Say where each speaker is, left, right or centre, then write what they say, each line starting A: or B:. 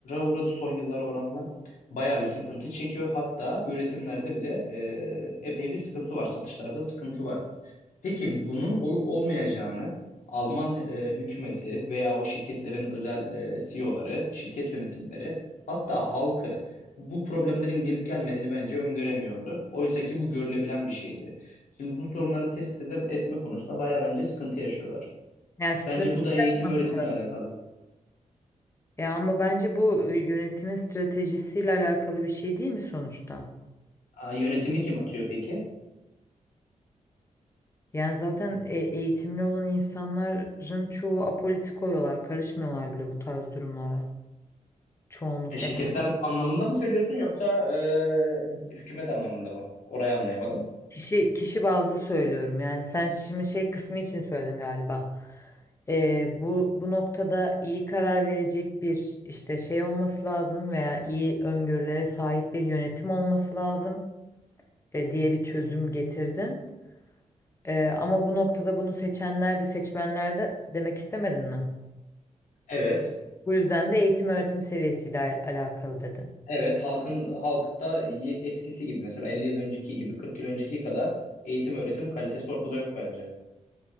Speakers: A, on the left; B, on the left.
A: uğradı son yıllara oranla. Bayağı bir sıkıntı çekiyor. Hatta üretimlerde bile e, epey bir sıkıntı var. Satışlarda sıkıntı var. Peki bunun olup olmayacağını Alman e, hükümeti veya o şirketlerin özel e, CEO'ları, şirket yönetimleri hatta halkı bu problemlerin gelip gelmediğini bence öngöremiyordu. Oysa ki bu görülebilen bir şeydi. Şimdi bu sorunları tespit ede- etme konusunda bayağı bence sıkıntı yaşıyorlar.
B: Yani strateji
A: Bence bu da eğitim
B: anlamında.
A: öğretimle alakalı.
B: Ya ama bence bu e, yönetimin stratejisiyle alakalı bir şey değil mi sonuçta?
A: Aa, yönetimi kim atıyor peki?
B: Yani zaten e, eğitimli olan insanların çoğu apolitik oluyorlar, karışmıyorlar bile bu tarz durumlara. Çoğunlukla.
A: E, şirketler
B: Yani
A: anlamında mı söylüyorsun yoksa e, hükümet anlamında mı? Orayı anlayamadım.
B: kişi kişi bazlı söylüyorum. Yani sen şimdi şey kısmı için söyledin galiba. E, bu bu noktada iyi karar verecek bir işte şey olması lazım veya iyi öngörülere sahip bir yönetim olması lazım e, diye bir çözüm getirdin. Ee, ama bu noktada bunu seçenler de seçmenler de demek istemedin mi?
A: Evet.
B: Bu yüzden de eğitim öğretim seviyesiyle al- alakalı dedin.
A: Evet, halkın halkta ye- eskisi gibi mesela 50 yıl önceki gibi 40 yıl önceki kadar eğitim öğretim kalitesi ortada yok bence.